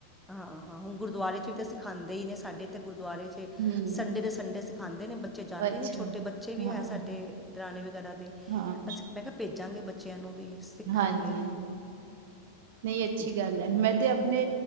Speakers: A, in the centre; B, on the right.
A: ਹਾਂ-ਹਾਂ ਹੁਣ ਗੁਰਦੁਆਰੇ ਚ ਵੀ ਤਾਂ ਸਿਖਾਂਦੇ ਹੀ ਨੇ ਸਾਡੇ ਇੱਥੇ ਗੁਰਦੁਆਰੇ ਚ।
B: ਹਮ
A: ਸੰਡੇ ਦੇ ਸੰਡੇ ਸਿਖਾਂਦੇ ਨੇ ਬੱਚੇ ਜਾਂਦੇ
B: ਅੱਛਾ
A: ਨੇ ਛੋਟੇ ਬੱਚੇ ਵੀ
B: ਹਾਂ
A: ਹੈ। ਸਾਡੇ ਦਰਾਣੀ ਵਗੈਰਾ ਦੇ।
B: ਹਾਂ।
A: ਮੈਂ ਕਿਹਾ ਭੇਜਾਂਗੇ ਬੱਚਿਆਂ ਨੂੰ ਵੀ ਸਿੱਖਣਗੇ।
B: ਹਾਂਜੀ ਨਹੀਂ ਅੱਛੀ
A: ਜ-
B: ਗੱਲ ਐ। ਮੈਂ ਤੇ ਆਪਣੇ